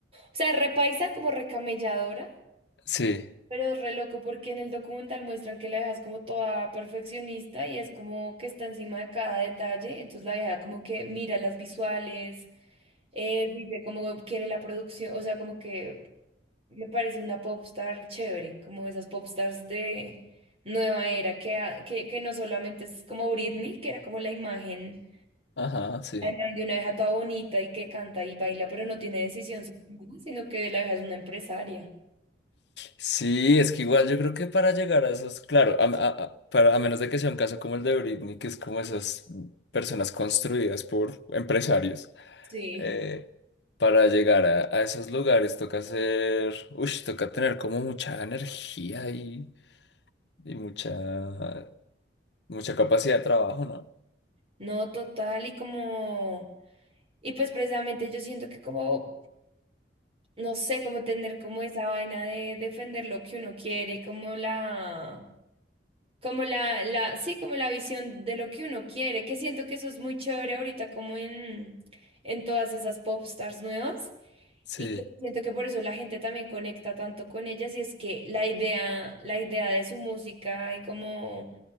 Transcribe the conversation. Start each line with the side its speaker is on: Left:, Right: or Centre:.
Right: sea, repaisa como recamelladora,
Left: Sí.
Right: pero es re loco porque en el documental muestran que la vieja es como toda perfeccionista y es como que está encima de cada detalle, entonces la vieja como que mira las visuales Eh, dice cómo quiere la producción, o sea, como que me parece una popstar chévere, como esas popstars de nueva era, que, ha- que, que no solamente es como Britney, que era como la imagen,
Left: Ajá, sí.
Right: la imagen de una vieja toda bonita y que canta y baila, pero no tiene decisión sobre nada, sino que la vieja es una empresaria.
Left: Sí, es que igual yo creo que para llegar a esos, claro, a, a- a- para, a menos de que sea un caso como el de Britney, que es como esas personas construidas por empresarios,
Right: Sí.
Left: eh, para llegar a, a esos lugares toca hacer, uy, toca tener como mucha energía y, y mucha, mucha capacidad de trabajo, ¿no?
Right: No, total, y como, y pues precisamente yo siento que como, no sé, como tener como esa vaina de defender lo que uno quiere, como la... Como la, la, sí, como la visión de lo que uno quiere, que siento que eso es muy chévere ahorita, como en, en todas esas popstars nuevas,
Left: Sí,
Right: y que siento que por eso la gente también conecta tanto con ellas, y es que la idea, la idea de su música y como